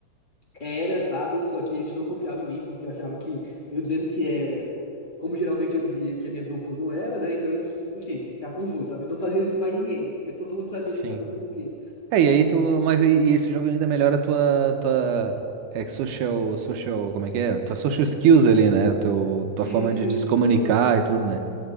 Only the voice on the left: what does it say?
era, sabe? Só que eles não confiavam em mim porque achavam que eu dizendo que era. Como geralmente eu dizia que a minha dupla não era, né? Então eles, enfim, ficavam confusos, sabe? Então eu fazia esses mind game, porque todo mundo sabia
que eu fazia essa duplinha.
Isso,
isso,
de você.